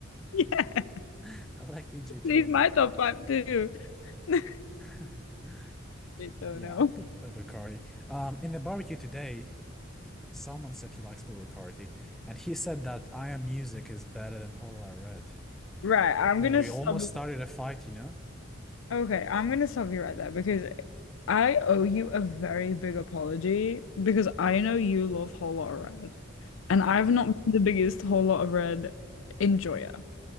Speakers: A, on the left; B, in the centre.
A: Yeah,
B: <laughs> I like DJ Toenail.
A: he's my top five too. <laughs> I
B: <laughs>
A: don't
B: Yeah,
A: know.
B: I'd put Playboy Cardi. Um, in the barbecue today, Someone said he likes Playboy Carti, and he said that I Am Music is better than Whole Lotta Red.
A: Right, I'm
B: And
A: gonna
B: we
A: stop
B: almost started a fight, you know?
A: Okay, I'm gonna stop you right there because I owe you a very big apology because I know you love Whole Lot of Red, and I've
B: Yeah.
A: not been the biggest Whole Lot of Red enjoyer.